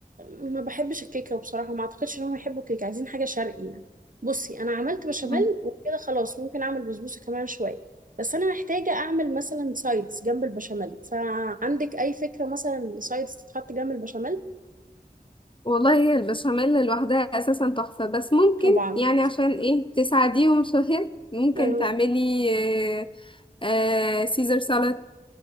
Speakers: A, on the right; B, on the left.
A: ما بحبش الكيكه بصراحه ما اعتقدش ان هم يحبوا الكيكه عايزين حاجه شرقي يعني بصي انا عملت بشاميل
B: مم.
A: وكده خلاص ممكن اعمل بسبوسه كمان شويه بس انا محتاجه اعمل مثلا سايدز جنب البشاميل فعندك اي فكره مثلا سايدز تتحط جنب البشاميل
B: والله هي البشاميل لوحدها اساسا تحفة بس ممكن
A: طبعا
B: يعني عشان ايه تساعديهم شوية ممكن
A: <laughs> آه،
B: تعملي آه، آه، سيزر سالاد